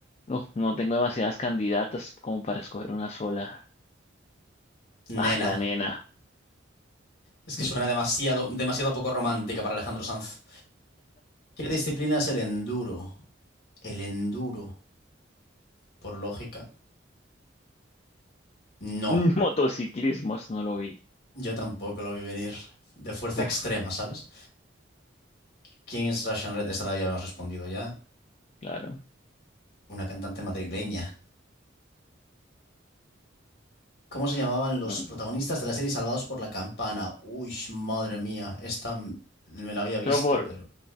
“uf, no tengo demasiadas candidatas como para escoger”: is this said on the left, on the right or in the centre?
Left